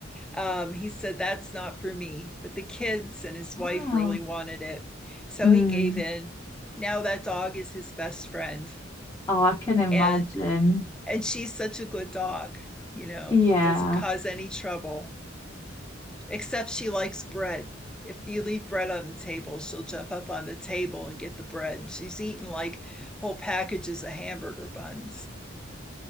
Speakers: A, in the centre; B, on the left.
A: um, he said, that's not for me. But the kids and his
B: Wow.
A: wife really wanted it. So
B: Mm.
A: he gave in. Now that dog is his best friend.
B: Oh, I can imagine.
A: And and she's such a good dog, you know,
B: Yeah.
A: doesn't cause any trouble. except she likes bread. If you leave bread on the table, she'll jump up on the table and get the bread. She's eaten like whole packages of hamburger buns.